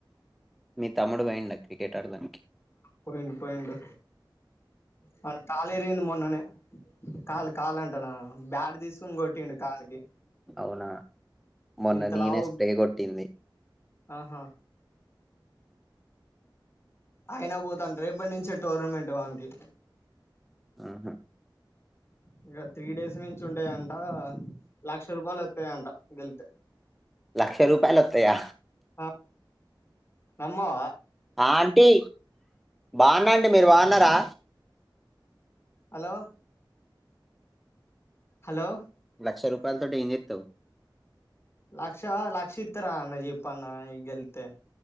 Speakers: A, in the centre; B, on the left.
A: మీ తమ్ముడు బోయిండ క్రికెట్ ఆడ్తనికి
B: పోయిండు పోయిండు వాని కాలు ఇరిగింది మొన్ననే కాలు కాలు అంటానా బ్యాట్ తీసుకొని కొట్టిండు కాలుకి
A: అవునా మొన్న
B: ఇంత
A: నేనేె
B: లావు
A: స్ప్రే కొట్టింది
B: ఆహా అయినా పోతంట రేప్పట్నించే టోర్నమెంట్ వానికి
A: ఆహా
B: ఇగ త్రీ డేస్ నుంచి ఉంటాయంట లక్ష రూపాయలు వత్తాయంట గెళ్తే
A: లక్ష రూపాయలొత్తయా
B: అ నమ్మవ
A: ఆంటీ బాన్నాంటీ మీరు బాన్నారా
B: హలో హలో
A: లక్ష రూపాయలుతోటి ఏం చేత్తవు
B: లక్ష లక్ష ఇత్తార అన్న జెప్పు అన్న గెల్తే